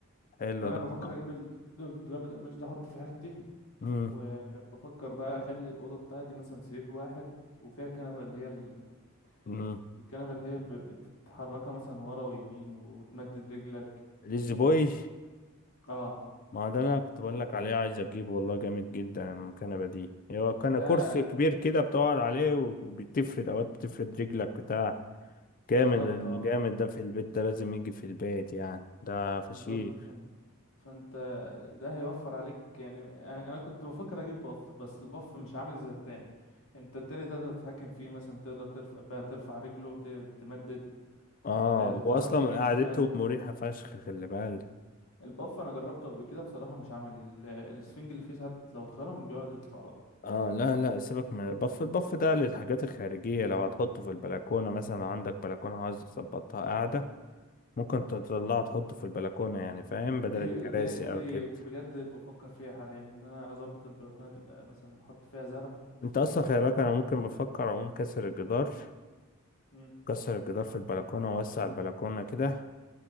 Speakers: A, on the left (about 40°); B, on the left (about 65°).
A: حلو
B: فانا
A: ده
B: بفكر
A: والله
B: اجيب ال- الدولاب القماش ده احط فيه حاجتي
A: امم
B: وبفكر بقى اخلي الاوضه بتاعتي مثلا سرير واحد وفيها كنبه اللي هي ال-
A: امم
B: الكنبه اللي هي ب- بتتحركها مثلا ورا ويمين وتمدد رجلك
A: ليزي بوي
B: اه
A: ما هو ده اللي انا كنت بقول لك عليه عايز اجيبه والله جامد جدا المكنبه دي هو كان
B: ده
A: كرسي كبير كده بتقعد عليه وبتفرد اوقات بتفرد رجلك بتاع
B: بالظبط
A: جامد الجامد
B: اه
A: ده في البيت ده لازم يجي في البيت يعني ده فشيخ
B: بالظبط فانت ده هيوفر عليك يعني انا كنت بفكر اجيب باف بس الباف مش عامل زي التاني انت التاني تقدر تتحكم فيه مثلا تقدر ترفع بقى ترفع رجله ت- تمدد
A: اه
B: آه، تتحرك
A: واصلا
B: يمين
A: قعدته
B: شمال
A: مريحه فشخ خلي بالك
B: الباف انا جربته قبل كده بصراحة مش عملي ال- السفنج اللي فيه ساعات لو اتخرم بيقعد يطلع بقى
A: اه لا لا سيبك من البف البف ده للحاجات الخارجية لو هتحطه في البلكونة مثلا عندك بلكونة عايز تظبطها قاعدة ممكن تطلعه تحطه في البلكونة يعني فاهم بدل
B: دي
A: الكراسي
B: دي دي
A: او كده
B: بجد بفكر فيها حاليا ان انا اظبط البلكونه تبقى مثلا نحط فيها زرع
A: انت اصلا خلي بالك انا ممكن بفكر اقوم كسر الجدار
B: مم.
A: كسر الجدار في البلكونة واوسع البلكونة كده